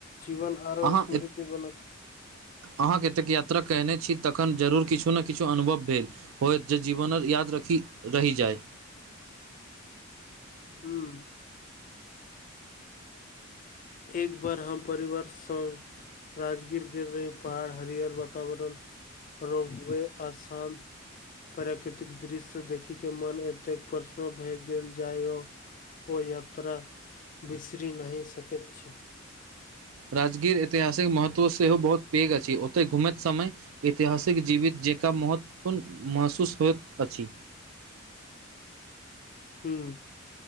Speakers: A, on the left; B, on the right.
A: जीवन आरो
B: अहाँ
A: स्मृति बनत।
B: अहाँ केतेक यात्रा कयने छी तखन जरूर किछु ने किछु अनुभव भेल। होयत जे जीवनल याद रखी रहि जाय।
A: हुँ। एक बार हम परिवार संग राजगीर गेल रही। पहाड़ हरियर बातावरण रोपबे आ शान्त प्राकृतिक दृश्य देखी के मोन एतेक प्रसनो भए गेल जायो ओ यात्रा बिसरी नहि सकैत छी।
B: राजगीर ऐतिहासिक महत्व सेहो बहुत पैघ अछि ओतय घुमैत समय ऐतिहासिक जीवित जेकाँ महत्वपूर्ण महसूस होइत अछि।
A: हुँ